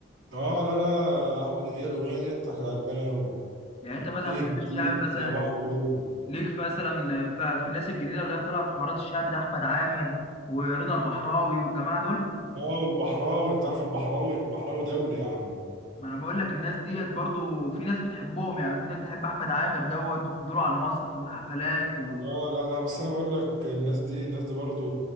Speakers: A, on the right (about 70°); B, on the left (about 30°).
A: آه لا لا أحمد هي الأغنية دي كانت عجباني أوي
B: يعني انت مثلا
A: إيه
B: بتحب
A: الجديد
B: الشعب مثلا
A: يا بحر قول لي
B: ليك في مثلا ف- في الناس الجديده اللي هي طالعه في حوارات الشعب ده احمد عامر ورضا البحراوي والجماعه دول
A: آه والبحراوي أنت عارف البحراوي البحراوي دولي يا عم
B: ما انا بقول لك الناس ديت برضو في ناس بتحبهم يعني في ناس بتحب احمد عامر دوت وحضوره على المسرح والحفلات و...
A: اه لا لا بس انا بقول لك الناس دي الناس دي برضو